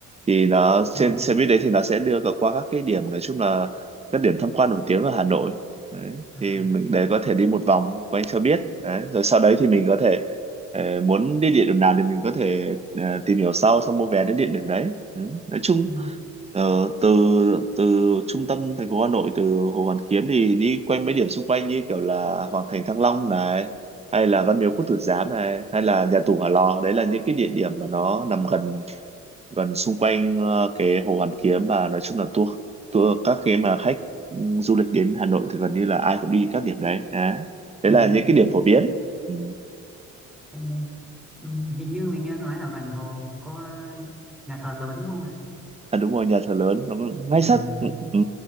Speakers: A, on the right; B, in the centre.
A: thì nó
B: Ờ.
A: trên xe buýt đấy thì nó sẽ đưa cậu qua các cái điểm nói chung là các điểm tham quan nổi tiếng ở Hà Nội đấy
B: à
A: thì mình đấy có thể đi một vòng quanh cho biết đấy rồi sau đấy thì mình có thể ờ, muốn đi địa điểm nào thì mình có thể ờ, tìm hiểu sau xong mua vé đến địa điểm đấy ừ. nói chung
B: ừ.
A: Ờ, từ từ trung tâm thành phố Hà Nội từ Hồ Hoàn Kiếm thì đi quanh mấy điểm xung quanh như kiểu là Hoàng Thành Thăng Long này hay là Văn Miếu Quốc Tử Giám này hay là nhà tù Hỏa Lò đấy là những cái địa điểm mà nó nằm gần gần xung quanh ờ, cái Hồ Hoàn Kiếm và nói chung là tour tour các cái mà khách ừ, du lịch đến Hà Nội thì gần như là ai cũng đi các điểm đấy đấy, đấy
B: Ừ,
A: là những cái điểm
B: mình,
A: phổ biến ừ.
B: em nghe. Ừ, hình như mình nghe nói là gần hồ có nhà thờ lớn đúng không ạ?
A: À đúng rồi nhà thờ lớn nó ngay
B: Nhà
A: sát
B: thờ lớn.
A: ừ, ừ,